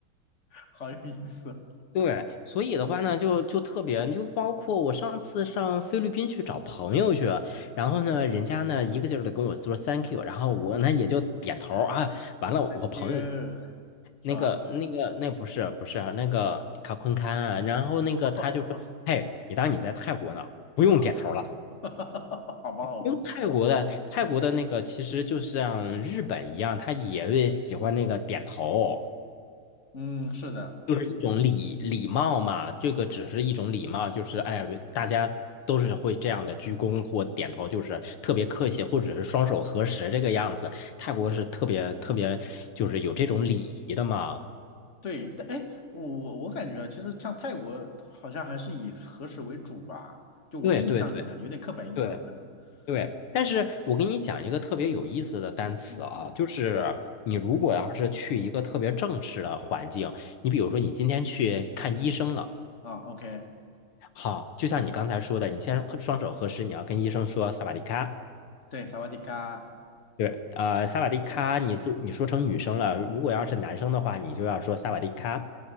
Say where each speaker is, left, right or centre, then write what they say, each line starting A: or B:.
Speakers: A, on the left (about 35°); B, on the left (about 80°).
A: 好有意思哦，
B: 对，所以的话呢，
A: 我
B: 就就特别，就包括我上次上菲律宾去找朋友去，然后呢，人家呢一个劲儿的跟我说 thank you，然后我呢也就点头儿啊，完了，我朋友就
A: thank you，<laughs> 是吧？
B: 那个那个那不是不是啊那个卡昆堪啊，然后那个他就说，
A: <laughs> 是吧？
B: 嘿，你当你在泰国呢，不用点头了。
A: 啊，<laughs> 好吧，好吧，
B: 因为泰国的泰国的那个其实就像日本一样，他也会喜欢那个点头。
A: 嗯，是的，
B: 就是一种礼礼貌嘛，这个只是一种礼貌，就是哎，大家都是会这样的鞠躬或点头，就是特别客气，或者是双手合十这个样子。泰国是特别特别，就是有这种礼仪的嘛。
A: 对，但哎，我我我感觉啊其实像泰国好像还是以和食为主吧，就我的印象里面啊，
B: 对对对
A: 有点刻板印象了，
B: 对
A: 可能，
B: 对，但是我给你讲一个特别有意思的单词啊，
A: 啊嗯嗯嗯，
B: 就是你如果要是去一个特别正式的环境，
A: 怎么的
B: 你比如说你今天去看医生了，
A: 啊？OK。
B: 好，就像你刚才说的，你先双手合十，你要跟医生说萨瓦迪卡。
A: 对，萨瓦迪卡，
B: 对，呃，萨瓦迪卡，你就你说成女生了。如果要是男生的话，你就要说萨瓦迪卡。